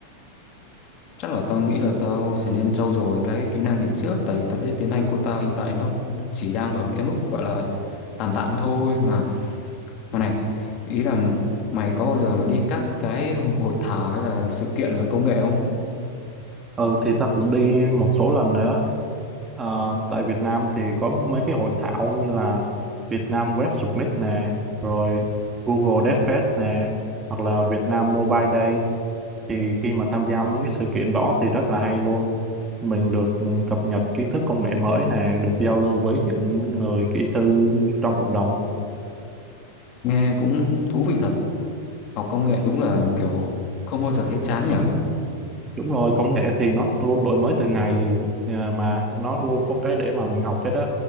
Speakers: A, on the left (about 35°); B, on the right (about 15°).
A: Chắc là tao nghĩ là tao sẽ nên trau dồi cái kỹ năng này trước tại vì tao thấy tiếng Anh của tao hiện tại nó chỉ đang ở cái mức gọi là tạm tạm thôi mà mà này ý là mày có bao giờ mà đi các cái hội thảo hay là sự kiện về công nghệ không
B: Ừ, thì ta cũng đi một số lần nữa Ờ, tại Việt Nam thì có mấy cái hội thảo như là Việt Nam Web Summit nè, rồi Google Dev Fest nè, hoặc là Việt Nam Mobile Day. Thì khi mà tham gia mấy cái sự kiện đó thì rất là hay luôn. Mình được ừ, cập nhật kiến thức công nghệ mới nè, được giao lưu với những người kỹ sư trong cộng đồng.
A: nghe cũng thú vị thật học công nghệ đúng là kiểu không bao giờ thấy chán nhở
B: Đúng rồi, công nghệ thì nó luôn đổi mới từ ngày ờ, mà nó luôn có cái để mà mình học hết á.